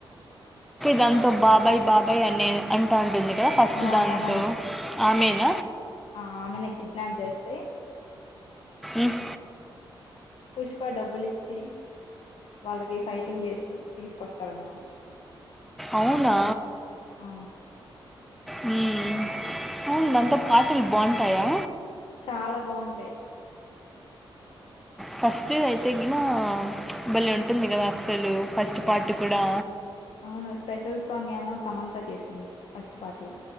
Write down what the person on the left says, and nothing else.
ఆ!
తననే
ఆమెనే కిడ్నాప్ చేస్తే
పుష్ప డబ్బులిచ్చి వాళ్ళకి ఫైటింగ్ చేసి తీసుకొస్తారనమాట
ఆ!
చాలా బాగుంటాయి
అవును స్పెషల్ సాంగ్ ఏమో సమంత చేసింది ఫస్ట్ పార్ట్ లో